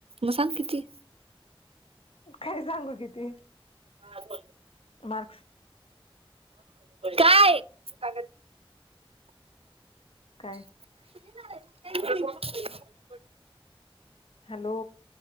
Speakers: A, on the right; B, on the left.
A: मग सांग किती?
B: काय सांगू किती?
A: हा ब
B: मार्क्स
A: काय कागद
B: काय?
A: <unintelligible>
B: हॅलो